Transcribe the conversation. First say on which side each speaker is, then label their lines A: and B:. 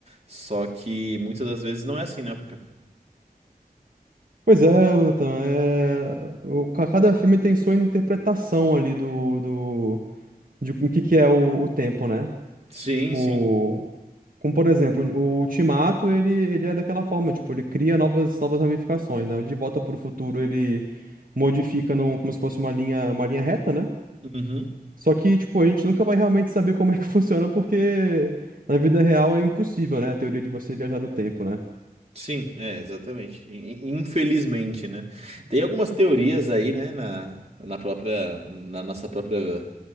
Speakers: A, on the right; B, on the right.
A: Só que muitas das vezes não é assim, né, Pika?
B: Pois é, Nathan, é, o, ca- cada filme tem sua interpretação ali do, do, de o que que é o, o tempo, né?
A: Sim,
B: Tipo,
A: sim.
B: como por exemplo, o Ultimato, ele, ele é daquela forma, tipo, ele cria novas, novas ramificações, né? O De Volta para o Futuro, ele modifica num, como se fosse uma linha, uma linha reta, né?
A: Uhum.
B: Só que, tipo, a gente nunca vai realmente saber como é que <laughs> funciona, porque na vida real é impossível, né? A teoria de você viajar no tempo, né?
A: Sim, é, exatamente. I- i- Infelizmente, né? Tem algumas teorias aí, né, na, na própria, na nossa própria